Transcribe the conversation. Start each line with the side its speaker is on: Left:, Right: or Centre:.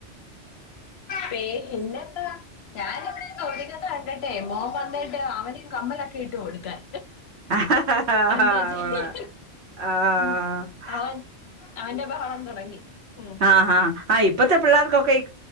Left: പേ ഇന്നെത്താ ഞാനിവിടെന്ന് ഒരുങ്ങുന്നെ കണ്ടിട്ടെ മോം വന്നിട്ട് അവനും കമ്മലൊക്കെ ഇട്ട് കൊടുക്കാൻ
Right: !
Left: എന്താ
Right: !!!!!!!
Left: ചെയ്യാ
Right: !! കൊളളാം ആ ആഹ്
Left: ഉം അവൻ അവന്റെ ബഹളം തൊടങ്ങി ഉം
Right: ആഹ് ആ ഇപ്പത്തെ പിള്ളേർക്കൊക്കയി